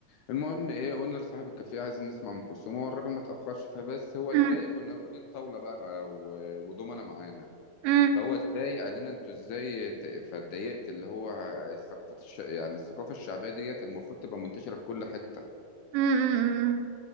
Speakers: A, on the left; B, on the right.
A: المهم ايه قلنا لصاحب الكافيه عايزين نسمع ام كلثوم هو الراجل ما تاخرش فبس هو
B: مم.
A: اتضايق كنا واخدين طاوله بقى و- ودومنا معانا
B: مم.
A: فهو اتضايق قال لنا انتوا ازاي ت- فاتضايقت اللي هو الثقافات الش... يعني الثقافه الشعبيه ديت المفروض تبقى منتشره في كل حته
B: مم. مم.